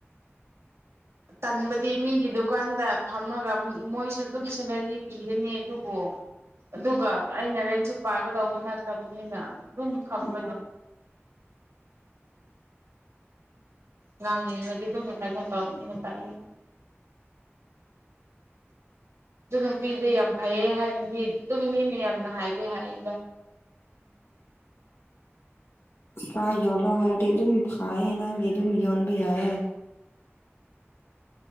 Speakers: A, on the right; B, on the left.
A: ꯇꯟꯕꯗꯤ ꯃꯤꯒꯤ ꯗꯨꯀꯥꯟꯗ ꯐꯝꯃꯒ ꯃꯣꯏꯁꯨ ꯑꯗꯨꯝ ꯁꯦꯂꯔꯤ ꯄꯤꯒꯅꯤ ꯑꯗꯨꯕꯨ ꯑꯗꯨꯒ ꯑꯩꯅ ꯔꯦꯟꯁꯨ ꯄꯥꯒꯗꯧꯕ ꯅꯠꯇꯕꯅꯤꯅ ꯑꯗꯨꯅꯤ ꯈꯪꯝꯕꯗ
B: ꯎꯝ
A: ꯅꯪ ꯑꯗꯨꯗ ꯀꯅ ꯇꯧꯕꯅꯤꯅ ꯇꯥꯏꯅ ꯑꯗꯨ ꯅꯨꯄꯤꯗꯤ ꯌꯥꯝ ꯐꯩꯌꯦ ꯍꯥꯏꯅꯗꯤ ꯑꯗꯨꯝꯅꯤ ꯃꯌꯥꯝꯅ ꯍꯥꯏꯗꯤꯦ ꯍꯥꯏꯌꯦꯒ
B: ꯈꯥ ꯌꯣꯜꯂꯣ ꯍꯥꯏꯔꯗꯤ ꯑꯗꯨꯝ ꯐꯥꯏꯌꯦ ꯅꯪꯒꯤ ꯑꯗꯨꯝ ꯌꯣꯟꯕ ꯌꯥꯏꯌꯦ